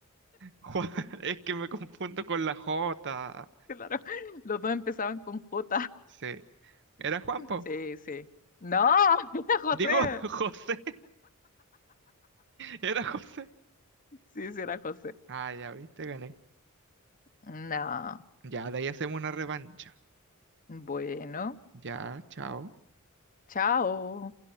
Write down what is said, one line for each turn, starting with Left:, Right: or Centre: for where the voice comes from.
Right: Juan, <laughs> es que me confundo con la J.
Left: claro. Los dos empezaban con J.
Right: Sí, era Juanpo.
Left: Sí, sí. No, <laughs> era José.
Right: Digo <laughs> José, era José.
Left: Sí, sí, era José.
Right: Ah, ya viste, gané.
Left: No.
Right: Ya, de ahí hacemos una revancha.
Left: Bueno,
Right: Ya, chao.
Left: chao.